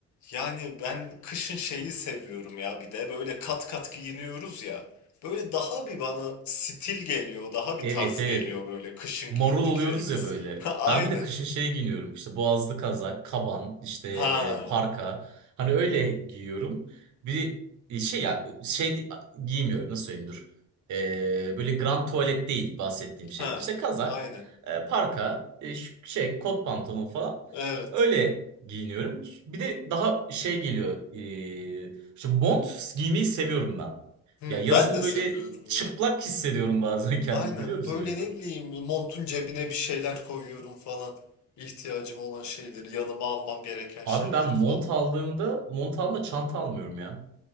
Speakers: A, on the left; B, on the right.
A: yani ben kışın şeyi seviyorum ya bir de böyle kat kat giyiniyoruz ya. Böyle daha bir bana stil geliyor, daha bir
B: Evet
A: tarz
B: evet
A: geliyor böyle kışın
B: Marul
A: giyindiklerimiz.
B: oluyoruz ya böyle.
A: <laughs> Aynen.
B: Ben bir de kışın şey giyiniyorum. İşte boğazlı kazak, kaban, işte e,
A: Ha,
B: parka. Hani öyle giyiyorum. Bir e, şey ya şey giymiyorum nasıl söyleyeyim dur. E, böyle grand tuvalet değil bahsettiğim şey.
A: ha,
B: İşte kazak,
A: aynen.
B: e, parka, e, ş- şey kot pantolon falan.
A: Evet.
B: Öyle giyiniyorum. Bir de daha şey geliyor. E, şu mont giymeyi seviyorum ben.
A: Hmm,
B: Ya yazın
A: ben de
B: böyle
A: seviyorum
B: çıplak
A: ya.
B: hissediyorum bazen <laughs> kendimi
A: Aynen
B: biliyor musun
A: böyle
B: o yüzden?
A: ne bileyim montun cebine bir şeyler koyuyorum falan. İhtiyacım olan şeyleri, yanıma almam gereken şeyleri
B: Abi ben
A: falan.
B: mont aldığımda mont aldığımda çanta almıyorum ya.